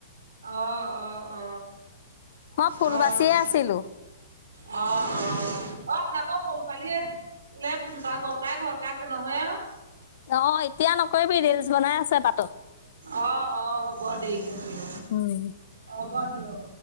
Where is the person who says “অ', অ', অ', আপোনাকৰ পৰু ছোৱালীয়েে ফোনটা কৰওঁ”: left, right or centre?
Right